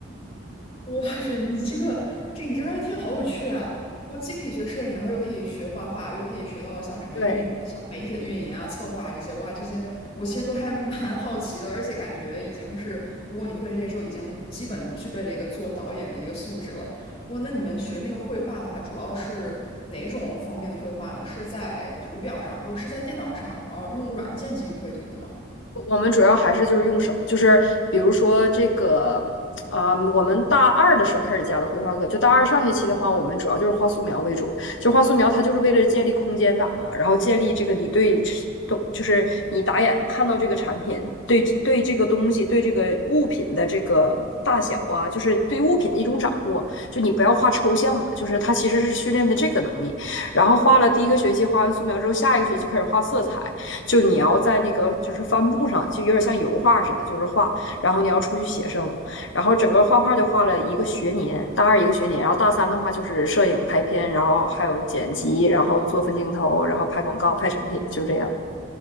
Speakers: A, on the left (about 30°); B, on the left (about 75°).
A: 哇塞，你这个这你这专业听好有趣啊！然后既可以学摄影，然后又可以学画画，又可以学到像什么运，
B: 对，
A: 像媒体的运营啊、策划啊这些。哇，这些我其实都还 <laughs> 蛮好奇的，而且感觉已经是，如果你会了这些之后，已经基本具备了一个做导演的一个素质了。哇，那你们学那个绘画的话，主要是哪种方面的绘画呢？是在图表上，不是，是在电脑上，然后用软件进行绘图的吗？
B: 我我们主要还是就是用手，就是比如说这个，啊、我们大二的时候开始加的绘画课，就大二上学期的话，我们主要就是画素描为主，就画素描它就是为了建立空间感嘛，然后建立这个你对懂，就是你打眼看到这个产品，对对这个东西，对这个物品的这个大小啊，就是对物品的一种掌握，就你不要画抽象嘛，就是它其实是训练的这个能力，然后画了第一个学期，画完素描之后，下一个学期开始画色彩。就你要在那个就是帆布上，就有点像油画似的，就是画，然后你要出去写生，然后整个画画就画了一个学年，大二一个学年，然后大三的话就是摄影、拍片，然后还有剪辑，然后做分镜头，然后拍广告、拍成品，就这样。